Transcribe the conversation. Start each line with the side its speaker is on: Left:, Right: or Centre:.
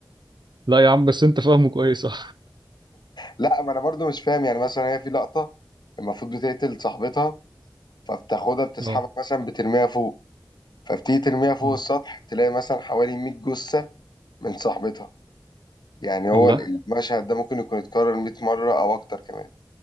Right: لا يا عم بس أنت فاهمه كويس <laughs> اه
Left: لا ما انا برضو مش فاهم يعني مثلا هي في لقطة المفروض بتقتل صاحبتها فبتاخدها بتسحبها
Right: اه
Left: مثلا بترميها فوق فبتيجي ترميها فوق
Right: مم.
Left: السطح تلاقي مثلا حوالي 100 جثة من صاحبتها يعني هو
Right: الله
Left: المشهد ده ممكن يكون اتكرر 100 مرة او اكتر كمان